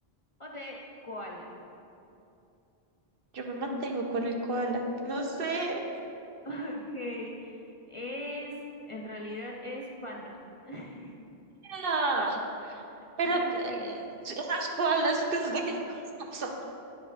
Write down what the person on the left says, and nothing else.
O D, koala.
<laughs> Ok. Es, en realidad es panda. <laughs>
Blanco
y negro.